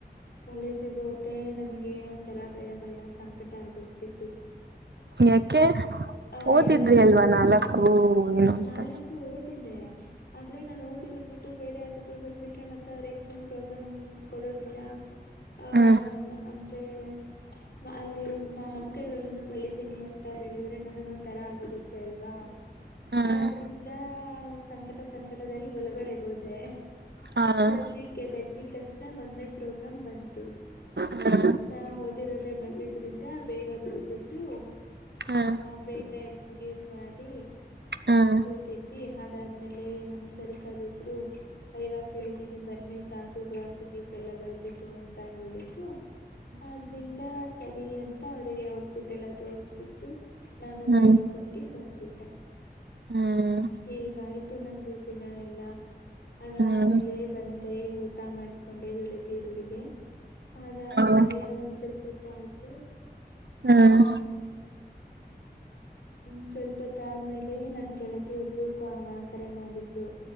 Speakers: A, on the left; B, on the right.
A: ಕಾಲೇಜಿಗ್ ಹೋದೆ ನನಗೆ ಒಂಥರ ಭಯ ಭಯ ಸಂಕಟ ಆಗೋಗ್ತಿತ್ತು.
B: ಯಾಕೆ
A: ಆ
B: ಓದಿದ್ರಿ
A: ಅಯ್ಯೋ ನಾನು
B: ಅಲ್ವಾ
A: ಓದಿದ
B: ನಾಲಕ್ಕೂ <unintelligible>
A: ನಾಲ್ಕು ಓದಿದ್ದೆ ಆದ್ರೆ ನಾನ್ ಓದಿರೊದ್ ಬಿಟ್ಟು ಬೇರೆ ಯಾ ದ್ರು ಬಂದ್ಬಿಟ್ರೆ ಮತ್ತೆ ಅವರ್ ಎಕ್ಸಾಮ್ ಪ್ರೋಗ್ರಾಮ್ಮೂ‌ ಕೊಡೋದಿಲ್ಲ ಆ
B: ಹ್ಮ್
A: ಅಲ್ಲ ಅಂದ್ರೆ ಮ್-ಅಲ್ಲಿ ಹಂಕೈಗಳನ್ನು. ತ್ತಿಲಿ. ಅಂತ ಹೇಳಿದ್ರೆ ನನಗ್ ಒಂದ ತರ ಆಗೊಗುತ್ತೆ ಅಲ್ವಾ
B: ಹ್ಮ್
A: ಆದ್ರಿಂದ ಸಂಕಟ ಸಂಕಟದಲ್ಲಿ ಒಳಗಡೇಗೋದೇ.
B: ಹ ಹ್ಮ್
A: ಸದ್ಯಕ್ಕೆ ತೆಗ್. ಇದಿದ್ ತಕ್ಷ್ಣ ಒಂದೇ ಪ್ರೋಗ್ರಾಮ್ ಬಂತು
B: ಹ್ಮ್
A: ನ ಓದಿರೋದೆ ಬಂದಿದ್ರಿಂದ ಬೇಗ ಬರದ್ಬಿಟ್ಟು ಬಿಟ್ಟು
B: ಹ್ಮ್ ಹ್ಮ್
A: ಆ ಬೇಗಾ ಎಕ್ಸಿಕ್ಯೂಟ್ ಮಾಡಿ
B: ಹ್ಮ್
A: ಕೂತಿದ್ವಿ ಅದಾದ್ಮೇಲೆ ಲೇ ನಮ್ ಸರ್ ಕರುದ್ರು ವೈವಾ ಕೇಳ್ತೀನಿ ಬನ್ನಿ ಸಾಕು ಗ್ರಾಫ್ ಗೀಫ್ ಎಲ್ಲ ಬರ್ದಿದ್ದು ಅಂತ ಹೇಳಿದ್ರು ಆದ್ರಿಂದ ಸರಿ ಅಂತ ಅವ್ರಿಗೆ ಎಲ್ಲಾ ತೋರ್ಸ್ಬಿಟ್ಟು ನಾನು
B: ಹ್ಮ್
A: ವೈವ ಕೊಟ್ಟಿ ಬ ಬಂದ್ಬಿಟ್ಟೆ
B: ಹ್ಮ್
A: ಹೀಗಾಯ್ತು ನಂದು ದಿನ ಎಲ್ಲ ಅದಾದ್ಮೇಲೆ
B: ಹ್ಮ್
A: ಬಂದೆ ಊಟ ಮಾಡ್ಕೊಂಡೆ ಗೆಳತಿಯರೊಡಿಗೆ ಅದಾದ್ಮೇಲೆ
B: ಹ್ಮ್
A: ಒಂದ್ ಸ್ವಲ್ಪ ಹೊತ್ತು ಆಯ್ತು
B: ಹ್ಮ್
A: ಆ ಒಂದ್ ಸ್ವಲ್ಪತ್ತು ಆದ್ಮೇಲೆ ನನ್ ಗೆಳತಿ ಒಬ್ಳು ಕರೆ ಮಾಡಿದ್ಲು